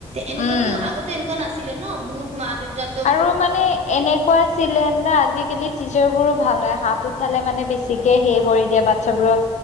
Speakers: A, on the right; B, on the left.
A: এনেকুৱাটো
B: উম
A: আগতে এনেকুৱা নাছিলে নহ বহুত। মা-দেউতা।
B: আৰু মানে এনেকুৱা আছিলে না আজিকালি। টিচাৰবোৰো ভাল হয় হাত উঠালে মানে বেছিকে হেই কৰি দিয়ে বাচ্ছাবোৰক